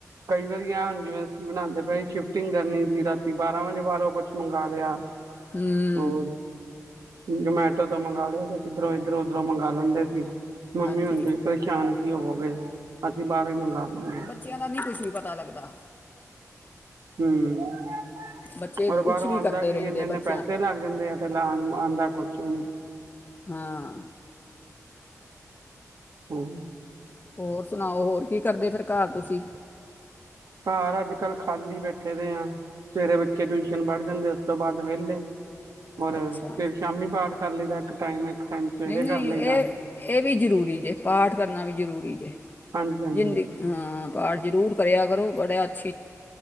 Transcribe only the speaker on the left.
ਹਮ।
ਹਾਂਜੀ
ਬੱਚਿਆਂ ਦਾ ਨਹੀਂ ਕੁਛ ਵੀ ਪਤਾ ਲੱਗਦਾ।
ਬੱਚੇ ਕੁਛ
ਵੀ
ਕਰਦੇ
ਰਹਿੰਦੇ
ਬੱਚਿਆਂ
ਹਾਂ।
ਹੋਰ ਸੁਣਾਓ, ਹੋਰ ਕੀ ਕਰਦੇ ਫਿਰ ਘਰ ਤੁਸੀਂ
ਅੱਛਾ‌
ਨਹੀਂ, ਨਹੀਂ
ਇਹ, ਇਹ ਵੀ ਜ਼ਰੂਰੀ ਜੇ, ਪਾਠ ਕਰਨਾ ਵੀ ਜ਼ਰੂਰੀ ਜੇ,
ਜਿੰਦ ਹਾਂ ਪਾਠ ਜ਼ਰੂਰ ਕਰਿਆ ਕਰੋ ਗੋਡਿਆਤ